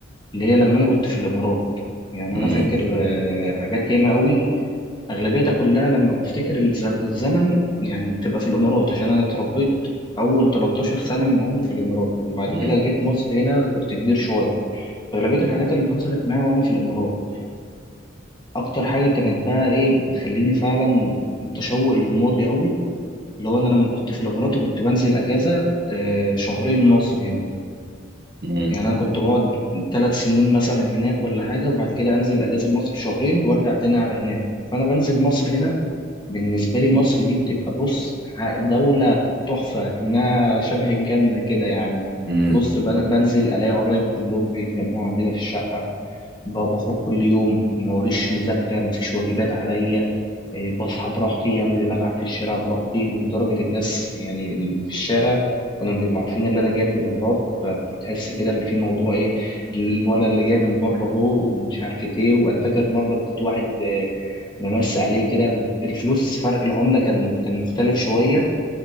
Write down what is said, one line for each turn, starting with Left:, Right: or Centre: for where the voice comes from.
Left: اللي هي لما انا كنت في الامارات يعني
Right: مم.
Left: انا فاكر آه، حاجات ياما قوي اغلبيتها كلها لما بفتكر الزم- الزمن يعني بتبقى في الامارات عشان انا اتربيت اول 13 سنه من عمري في الامارات وبعد
Right: مم.
Left: كده جيت مصر هنا كنت كبير شويه اغلبيه الحاجات اللي حصلت معايا وانا في الامارات اكتر حاجه كانت بقى ايه بتخليني فعلا متشوق للماضي قوي اللي هو انا لما كنت في الامارات وكنت بنزل اجازه آه، شهرين مصر هنا
Right: مم.
Left: يعني انا كنت بقعد ثلاث سنين مثلا هناك ولا حاجه وبعد كده انزل اجازه مصر شهرين وارجع تاني على هناك فانا بنزل مصر هنا بالنسبه لي مصر دي بتبقى بص ح- دوله تحفه كأنها شبه الجنه كده يعني
Right: مم.
Left: بص بن- بنزل الاقي قرايبي كلهم بيتجمعوا عندنا في الشقه ب- بخرج كل يوم ما وريش مذاكرة ما فيش واجبات عليا إيه، بصحى براحتي أنزل ألعب في الشارع براحتي ولدرجة الناس يعني اللي في الشارع كانوا بيبقوا عارفين اللي أنا جاي من الإمارات فبتحس كده اللي في موضوع إيه الولد اللي جاي من بره هو ومش عارف إيه وأنا فاكر مرة اديت واحد آه، ممس عليه كده الفلوس فرق العملة كان كان مختلف شوية